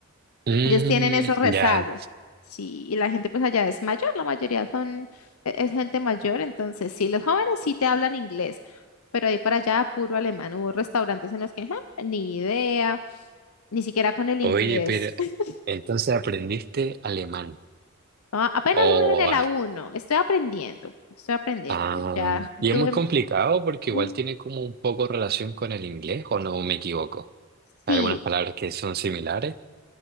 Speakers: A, on the right; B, on the left.
A: Mm,
B: ellos tienen esos rezagos.
A: ya.
B: Sí, y la gente pues allá es mayor, la mayoría son, e- es gente mayor, entonces sí, los jóvenes sí te hablan inglés, pero ahí para allá puro alemán. Hubo restaurantes en los que, "Ja, ni idea, ni siquiera con el
A: Oye,
B: inglés.
A: pero
B: <laughs>
A: entonces aprendiste alemán.
B: "Ah, apenas
A: Oh,
B: voy en el
A: ah,
B: A1, estoy aprendiendo, estoy aprendiéndolo.
A: ah.
B: Ya
A: Y
B: tuve,
A: es muy complicado porque igual
B: mm,
A: tiene como un poco relación con el inglés, ¿o no me equivoco? Hay
B: sí,
A: algunas palabras que son similares.